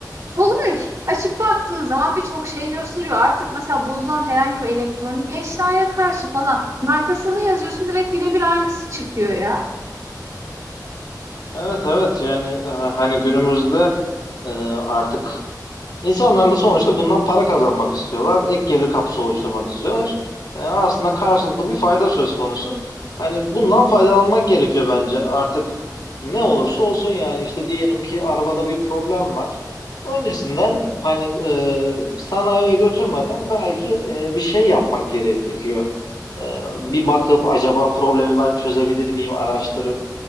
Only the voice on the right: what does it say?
kolay. Açıp baktığın zaman birçok şey gösteriyor. Artık mesela bozulan herhangi bir elektronik eşyaya karşı falan markasını yazıyorsun direkt birebir aynısı çıkıyor ya.